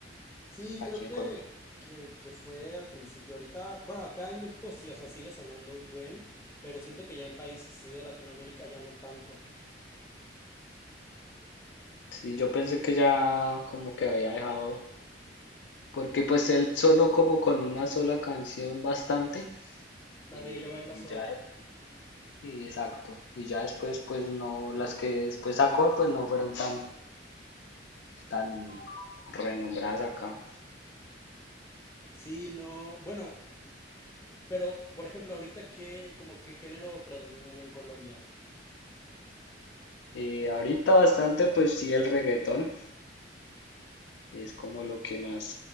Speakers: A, on the left; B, on the left.
A: Sí,
B: aquí
A: creo
B: en
A: que,
B: Colombia.
A: que, que fue al principio. Ahorita, bueno, acá en México sí, o sea, sigue sonando un buen, pero siento que ya en países así de Latinoamérica ya no tanto.
B: Sí, yo pensé que ya como que había dejado, porque pues él sonó como con una sola canción bastante,
A: La
B: eh,
A: de ella baila
B: y
A: sola.
B: ya, y exacto, y ya después pues no, las que después sacó pues no fueron tan, tan renombradas acá.
A: Sí, no, bueno, pero por ejemplo, ahorita qué, como qué género predomina allá en Colombia.
B: Y ahorita bastante pues sí el reggaetón, Es como lo que más